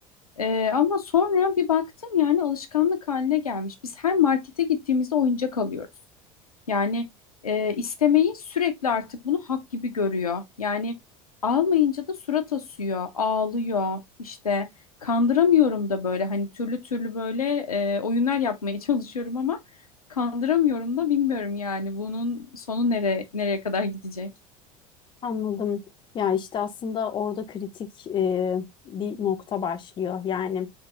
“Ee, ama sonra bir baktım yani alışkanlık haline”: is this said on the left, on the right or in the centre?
Left